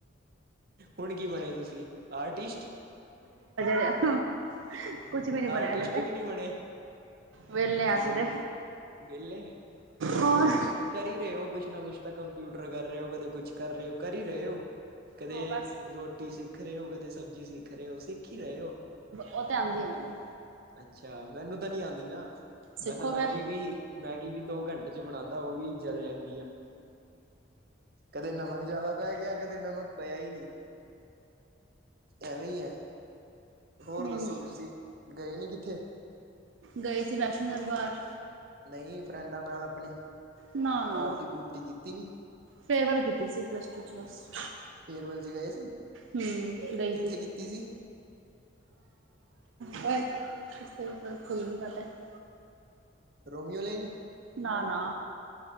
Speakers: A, on the right (about 50°); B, on the right (about 80°).
A: ਹੁਣ ਕੀ ਬਣੇ ਤੁਸੀਂ ਆਰਟਿਸਟ
B: ਹਾਂ <unintelligible> ਕੁੱਛ ਵੀ ਨੀ ਬੋਲਿਆਂ
A: ਆਰਟਿਸਟ
B: ਹਜੇ ਤੇ
A: ਵੀ ਨਹੀਂ ਬਣੇ
B: ਵੇਹਲੇ ਅਸੀ ਤੇ
A: ਵੇਹਲੇੇ
B: ਹੋਰ <unintelligible>
A: ਨਹੀਂ ਕਰੀ ਰਹੇ ਹੋ ਕੁਛ ਨਾ ਕੁਛ ਤਾਂ ਕੰਪਿਊਟਰ ਕਰ ਰਹੇ ਹੋ ਕਦੇ ਕੁਛ ਕਰ ਰਹੇ ਹੋ ਕਰੀ ਰਹੇ ਹੋ ਕਦੇ
B: ਹਾਂ ਬਸ
A: ਰੋਟੀ ਸਿੱਖ ਰਹੇ ਹੋ ਕਦੇ ਸਬਜ਼ੀ ਸਿੱਖ ਰਹੇ ਹੋ ਸਿੱਖ ਹੀ ਰਹੇ ਹੋ
B: ਉਹ ਤੇ ਆਉਂਦੀ ਆ ਮੈਨੂੰ
A: ਅੱਛਾ ਮੈਨੂੰ ਤਾਂ ਨਹੀਂ ਆਉਂਦੀ ਨਾ ਮੈਂ
B: ਸਿੱਖੋ
A: ਤਾਂ ਮੈਗੀ
B: ਫਿਰ
A: ਵੀ ਮੈਗੀ ਵੀ ਦੋ ਘੰਟੇ ਬਣਾਉਂਦਾ ਉਹ ਵੀ ਜਲ ਜਾਂਦੀ ਆ ਕਦੇ ਨਮਕ ਜਿਆਦਾ ਪੈ ਗਿਆ ਕਦੇ ਨਮਕ ਪਿਆ ਹੀ ਨੀ ਐਵੇਂ ਹੀ ਹੈ। ਹੋਰ
B: ਨਹੀਂ
A: ਦੱਸੋ ਤੁਸੀਂ ਗਏ ਨੀ ਕਿੱਥੇ?
B: ਗਏ ਸੀ ਵੈਸ਼ਨੋ ਦਰਬਾਰ।
A: ਨਹੀਂ ਫਰੈਂਡਾਂ ਨਾਲ ਆਪਣੀ?
B: ਨਾ ਨਾ
A: ਪਾਰਟੀ ਪੂਰਟੀ ਕੀਤੀ ਨੀ
B: ਫੇਰ ਵੱਲ ਕੀਤੀ ਸੀ ਪਲੱਸ ਟੂ ਚ ਬੱਸ।
A: ਫੇਰਵਲ ਵਿੱਚ ਗਏ ਸੀ
B: ਹਮ ਗਈ
A: ਕਿੱਥੇ
B: ਸੀ
A: ਕੀਤੀ
B: ਕੋਏ ਤੁ ਕੋ ਫੁੱਲ ਵੀ ਮ <unintelligible>
A: ਰੋਮੀਓਲੈਨ
B: ਨਾ ਨਾ